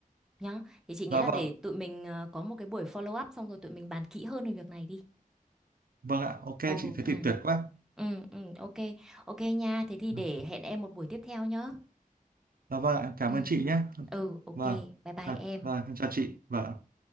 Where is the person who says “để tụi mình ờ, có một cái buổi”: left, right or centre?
Centre